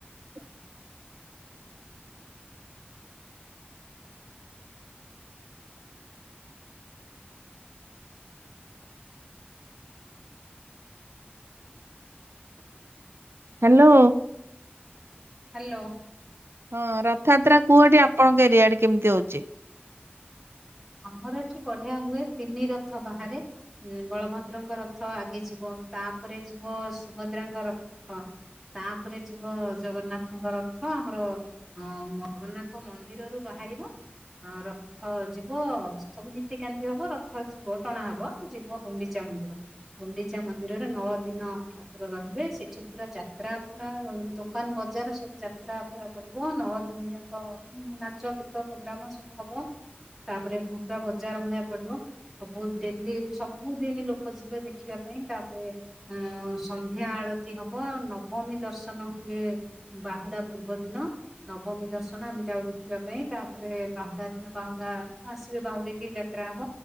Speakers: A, on the right; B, in the centre.
A: <unintelligible> ହ୍ୟାଲୋ।
B: ହ୍ୟାଲୋ।
A: ହଁ ରଥଯାତ୍ରା କୁହଠି ଆପଣଙ୍କ ଏରିଆଡେ କେମିତି ହଉଚି?
B: ଆମର ଏଠି ବଢିଆ ହୁଏ ତିନି ରଥ ବାହାରେ। ବଳଭଦ୍ରଙ୍କ ରଥ ଆଗେ ଯିବ ତାପରେ ଯିବ ସୁଭଦ୍ରାଙ୍କ ରଥ। ତାପରେ ଯିବ ଜଗନ୍ନାଥଙ୍କ ରଥ ଆମର ହଁ ମଗନ୍ନାଥ ମନ୍ଦିରରୁୁ ବାହାରିବ ଅ ରଥ ଜି ଯିବ ସବୁ ନୀତିକାନ୍ତି ହବ ରଥ ଯିବ ଟଣା ହବ ଯିବ ଗୁଣ୍ଡିଚା ମନ୍ଦିର। ଗୁଣ୍ଡିଚା ମନ୍ଦିରରେ ନଅ ଦିନ ରହିବେ ସେଠି ପୁରା ଯାତ୍ରା ପୁରା ଦୋକାନ ବଜାର ସବୁ ଯାତ୍ରା ତ୍ରା ପଡ଼ିବ ନଅ ଦିନି ଯାକ ନାଚ ଗୀତ ପ୍ରୋଗ୍ରାମ ସବୁ ହବ। ତାପରେ ପୁରା ବଜାର ଭଳିଆ ପଡିବ। ସବୁ ଡେଲି ସବୁଦିନ ଲୋକ ଯିବେ ଦେଖିବା ପାଇଁ ତାପରେ ଅ ସନ୍ଧ୍ୟା ଆଳତି ହବ ନବମୀ ଦର୍ଶନ ହୁଏ। ବାହୁଡା ପୂର୍ବ ଦିନ ନବମୀ ଦର୍ଶନ ଆମେ ଯାଉ ଦେଖିବା ପାଇଁ ତାପରେ ବାହୁଡା ଦିନ ବାହୁଡା ଆସିବେ ବାହୁ ଦେ କି ଯାତ୍ରା ହବ।